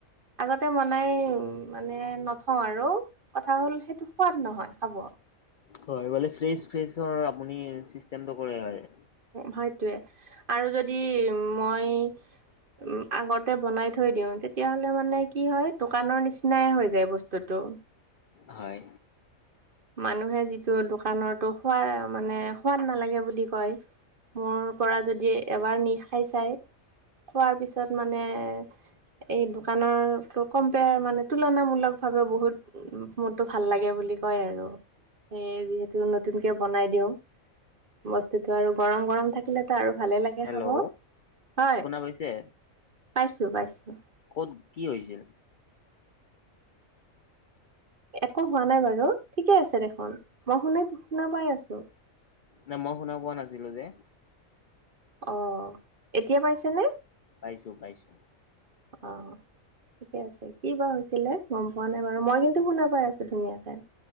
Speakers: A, on the right; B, on the left.
A: আগতে বনাই মানে নথওঁ আৰু কথা হ'ল সেইটো সোৱাদ নহয় খাব।
B: হয় ফ্ৰেচ ফ্ৰেচৰ আপুনি চিচটেমটো কৰে ইয়াৰে।
A: হয়তোৱে আৰু যদি মই উম, আগতে বনাই থৈ দিওঁ, তেতিয়া হ'লে মানে কি হয় দোকানৰ নিচিনাই হৈ যায় বচ টোতু।
B: হয়।
A: মানুহে যিটো দোকানৰতো খুৱাই মানে সোৱাদ নালাগে বুলি কয়, মোৰ পৰা যদি এবাৰ নি খাই চাই খোৱাৰ পিছত মানে এই দোকানৰটো কম্পেয়াৰ মানে তুলনামূলক ভাৱে বহুত উম, মোৰটো ভাল লাগে বুলি কয় আৰু, সেইয়ে যিহেতু নতুনকে বনাই দিওঁ, বস্তুটো আৰু গৰম-গৰম থাকিলেতো আৰু ভালে লাগ কে
B: হেল্ল'
A: খাব, হয়
B: শুনা পাইছে?
A: পাইছোঁ- পাইছোঁ।
B: ক'ত কি হৈছে?
A: একো হোৱা নাই বাৰু, ঠিকে আছে দেখোন মই শুনা - শুনা পাই আছো।
B: নাই, মই শুনা পোৱা নাছিলো যে।
A: অ, এতিয়া পাইছে নে?
B: পাইছো-পাইছো।
A: অ'। ঠিকে আছে, কি বা হৈছিলে গম পোৱা নে বাৰু? মই কিন্তু শুনা পাই আছো ধুনীয়াকে।